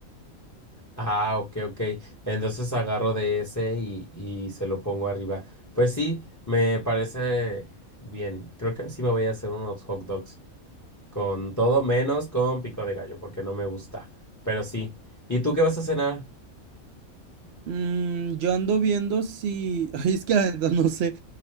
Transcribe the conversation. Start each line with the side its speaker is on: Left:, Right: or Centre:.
Left: Ah, ok, ok. Entonces agarro de ese y, y se lo pongo arriba. Pues sí, me parece bien. Creo que sí me voy a hacer unos hot dogs. Con todo menos con pico de gallo, porque no me gusta. Pero sí. ¿Y tú qué vas a cenar?
Right: Mm, yo ando viendo si. <laughs> Ay, es que la neta no sé.